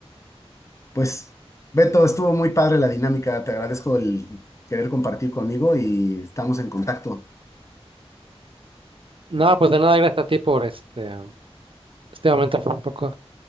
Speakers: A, on the left; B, on the right.
A: Pues, Beto, estuvo muy padre la dinámica, te agradezco el querer compartir conmigo y estamos en contacto.
B: No, pues de nada, gracias a ti por este, este momento fue un poco